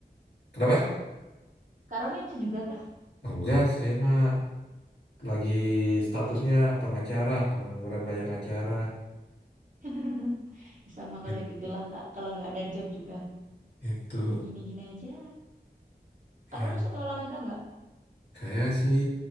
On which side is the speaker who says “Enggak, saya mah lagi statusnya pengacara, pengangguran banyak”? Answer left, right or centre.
Left